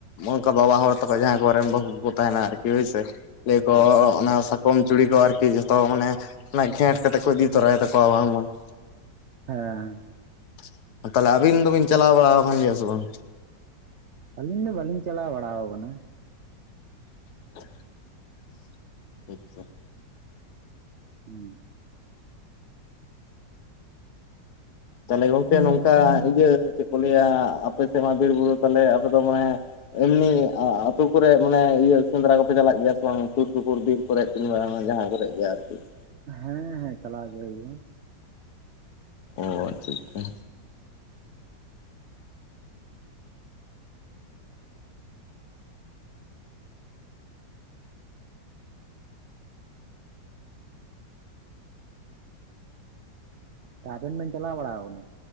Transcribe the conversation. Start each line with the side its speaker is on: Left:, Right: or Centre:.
Left: ᱚᱝᱠᱟ ᱵᱟᱵᱟ ᱦᱚᱲ ᱛᱟᱠᱚ ᱡᱟᱦᱟᱸᱭ ᱠᱚᱨᱮᱱ ᱵᱟᱹᱦᱩ ᱠᱚᱠᱚ ᱛᱟᱦᱮᱱᱟ ᱟᱨ ᱠᱤ ᱦᱳᱭᱥᱮ ᱞᱟᱹᱭ ᱠᱚ
Right: ᱦᱩᱸ ᱦᱩᱸ
Left: ᱚᱱᱟ ᱥᱟᱠᱚᱢ ᱪᱩᱲᱤ ᱠᱚ ᱟᱨᱠᱤ ᱛᱚ ᱢᱟᱱᱮ ᱚᱱᱟ ᱜᱷᱮᱸᱴ ᱠᱟᱛᱮᱜ ᱠᱚ ᱤᱫᱤ ᱛᱚᱨᱟᱭ ᱛᱟᱠᱟᱣᱟ ᱵᱟᱝᱢᱟ ᱾
Right: ᱦᱮᱸ
Left: <inaudible> ᱛᱟᱞᱮ ᱟᱹᱵᱤᱱ ᱫᱚᱵᱤᱱ ᱪᱟᱞᱟᱣ ᱵᱟᱲᱟᱣ ᱟᱠᱟᱱ ᱜᱮᱭᱟ ᱥᱮ ᱵᱟᱝ?
Right: ᱟᱹᱞᱤᱧ ᱫᱚ ᱵᱟᱞᱤᱧ ᱪᱟᱞᱟᱣ ᱵᱟᱲᱟᱣ ᱠᱟᱱᱟ᱾
Left: <inaudible> ᱟᱪᱷᱟ ᱾
Right: ᱦᱩᱸ᱾
Left: ᱛᱟᱞᱮ ᱜᱚᱝᱠᱮ ᱱᱚᱝᱠᱟ ᱤᱭᱟᱹ ᱪᱮᱜ ᱠᱚ ᱞᱟᱹᱭᱟ ᱟᱯᱮ ᱥᱮ ᱢᱟ ᱵᱤᱨ ᱵᱩᱨᱩ ᱛᱟᱞᱮ ᱟᱯᱮ ᱫᱚ ᱢᱟᱱᱮ ᱮᱢᱱᱤ ᱟᱹᱛᱩ ᱠᱚᱨᱮ ᱢᱟᱱᱮ ᱤᱭᱟᱹ ᱥᱮᱸᱫᱨᱟ ᱠᱚᱯᱮ ᱪᱟᱞᱟᱜ ᱜᱮᱭᱟ ᱥᱮ ᱵᱟᱝ ᱥᱩᱨ ᱥᱩᱯᱩᱨ ᱵᱤᱨ? ᱠᱚᱨᱮᱜ ᱠᱤᱱᱵᱟ ᱡᱟᱦᱟᱸ ᱠᱚᱨᱮᱜ ᱜᱮ ᱟᱨᱠᱤ ᱾
Right: ᱦᱮᱸ ᱦᱮᱸ ᱪᱟᱞᱟᱣ ᱜᱮ ᱦᱩᱭᱩᱜᱼᱟ᱾
Left: ᱚ ᱪᱤᱜᱠᱟ ᱾
Right: ᱛᱟ ᱟᱵᱮᱱ ᱵᱮᱱ ᱪᱟᱞᱟᱣ ᱵᱟᱲᱟᱣ ᱠᱟᱱᱟ?